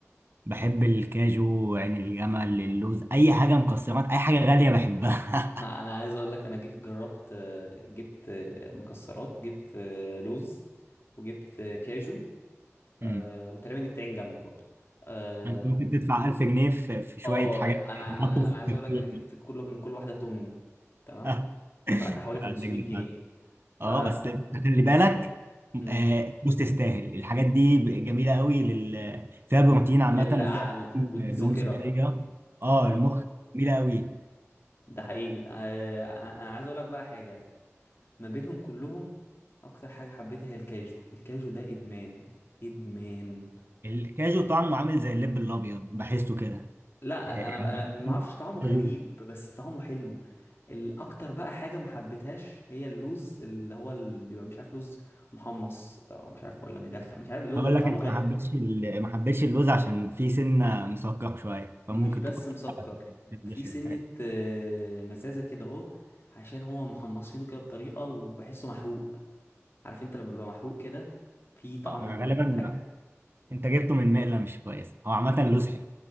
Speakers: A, on the right; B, on the left.
A: بحب الكاجو عين الجمل اللوز أي حاجة مكسرات أي حاجة غالية بحبها
B: <laughs> انا عايز اقول لك انا جبت جربت آه، جبت آه، مكسرات جبت آه، لوز وجبت آه، كاجو
A: <laughs>
B: آه،
A: أمم.
B: وتقريبا جبت عين جمل برضو اه
A: أنت ممكن تدفع 1000 جنيه في في شوية
B: آه،
A: حاجات
B: انا
A: يتحطوا
B: انا
A: في
B: انا عايز اقول
A: الكافيه
B: لك انا جبت
A: <laughs> دي.
B: كل من كل واحده تمن تمام
A: آه،
B: دفعت حوالي 500
A: عندك دفعت
B: جنيه ف
A: اه بس خلي بالك
B: مم.
A: آه، الفلوس تستاهل الحاجات دي ب- جميله قوي لل... فيها بروتين عامه
B: للعقل
A: وفيها
B: والذاكره
A: دهون صحيه اه
B: اه
A: المخ جميله قوي
B: ده حقيقي آه، انا أنا عايز اقول لك بقى حاجه ما بينهم كلهم اكتر حاجه حبيتها هي الكاجو الكاجو ده ادمان ادمان
A: الكاجو طعمه عامل زي اللب الابيض بحسه كده
B: لا
A: آه، يعني
B: انا أنا ما اعرفش طعمه
A: الكاجو-
B: غريب بس طعمه حلو الاكتر بقى حاجه ما حبيتهاش هي اللوز اللي هو اللي بيبقى مش عارف لوز محمص او مش عارف ولا مدخن مش عارف له
A: اقول
B: له طعمه
A: لك انت
B: غير
A: ما حبيتش ال- ما حبيتش اللوز عشان فيه سنه مسكر شويه فممكن
B: مش بس
A: تكون
B: مسكر
A: ما بتحبش
B: في سنه
A: الحاجات
B: آه، مزازه كده اهو عشان هو محمصينه كده بطريقه وبحسه محروق عارف انت لما بيبقى محروق كده في طعم
A: آه،
B: الحاجه
A: غالبا انت جبته من مقله مش كويسه هو عامه
B: ممكن
A: اللوز حلو